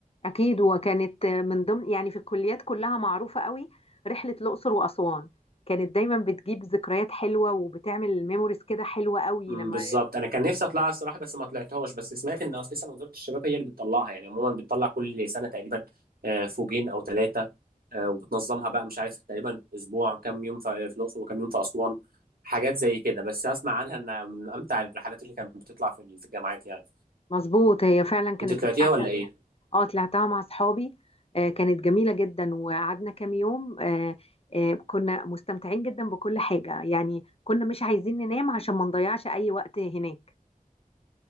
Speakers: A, on the left; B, on the right.
A: أكيد وكانت من ضمن يعني في الكليات كلها معروفة قوي رحلة الأقصر وأسوان كانت دايما بتجيب ذكريات حلوة وبتعمل ميموريز كده حلوة قوي
B: مم،
A: لما
B: بالظبط انا كان نفسي اطلعها الصراحه بس ما طلعتهاش بس سمعت ان اساسا وزاره الشباب هي اللي بتطلعها يعني عموما بتطلع كل سنه تقريبا آه، فوجين او ثلاثه وبتنظمها بقى مش عارف تقريبا اسبوع كام يوم في في الاقصر وكام يوم في اسوان حاجات زي كده بس اسمع عنها انها من امتع الرحلات اللي كانت بتطلع في في الجامعات يعني
A: مظبوط هي فعلا كانت
B: انت طلعتيها
A: من أحلى
B: ولا ايه؟
A: اه طلعتها مع أصحابي آه كانت جميلة جدا وقعدنا كام يوم آه آه كنا مستمتعين جدا بكل حاجة يعني كنا مش عايزين ننام عشان ما نضيعش أي وقت هناك